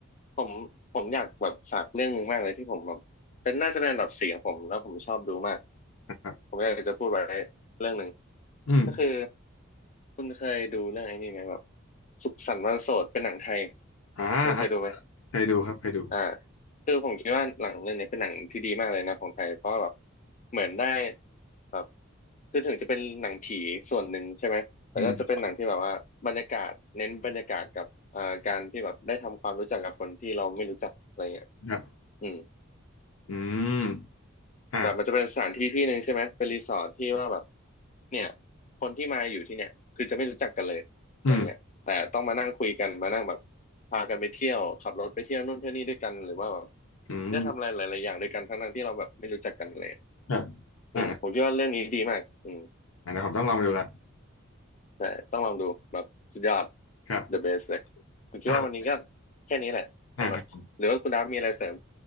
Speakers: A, on the left; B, on the left.
A: ผมผมอยากแบบฝากเรื่องหนึงมากเลยที่ผมแบบเป็นน่าจะเป็นอันดับสี่ของผมแล้วผมชอบดูมาก
B: อ่าครับ
A: ผมอยากจะพูดไว้เรื่องหนึ่ง
B: อืม
A: ก็คือคุณเคยดูเรื่องไอ้นี่ไหมแบบสุขสันต์วันโสดเป็นหนังไทย
B: อ่าอ่า
A: คุณเคยดูไหม
B: เคยดูครับเคยดู
A: อ่าคือผมคิดว่าหนังเรื่องนี้เป็นหนังที่ดีมากเลยนะของไทยเพราะแบบเหมือนได้แบบคือถึงจะเป็นหนังผีส่วนหนึ่งใช่ไหมแต่ก็จะเป็นหนังที่แบบว่าบรรยากาศเน้นบรรยากาศกับอ่าการที่แบบได้ทำความรู้จักกับคนที่เราไม่รู้จักอะไรเงี้ย
B: อืมครับ
A: อืม
B: อืมอ่า
A: แบบมันจะเป็นสถานที่ที่หนึ่งใช่ไหมเป็นรีสอร์ทที่ว่าแบบเนี่ยคนที่มาอยู่ที่เนี่ยคือจะไม่รู้จักกันเลยอะไรเงี้ยแต่ต้องมานั่งคุยกันมานั่งแบบ
B: อืม
A: พากันไปเที่ยวขับรถไปเที่ยวนู่นเที่ยวนี่ด้วยกันหรือว่าแบบ
B: อืม
A: ได้ทำอะไรหลายๆอย่างด้วยกันทั้งๆที่เราแบบไม่รู้จักกันเลย
B: ครับอ่า
A: อืมผมคิดว่าเรื่องนี้ดีมากอืม
B: อ่าเดี๋ยวผมต้องลองไปดูละ
A: แต่ต้องลองดูแบบสุดยอด
B: ครับ
A: the best เลยผมคิดว่าวันนี้ก็
B: อ่า
A: แค่นี้แหละสำหรับหรือว่าคุณดาฟมีอะไรเสริม
B: อ่าครับผม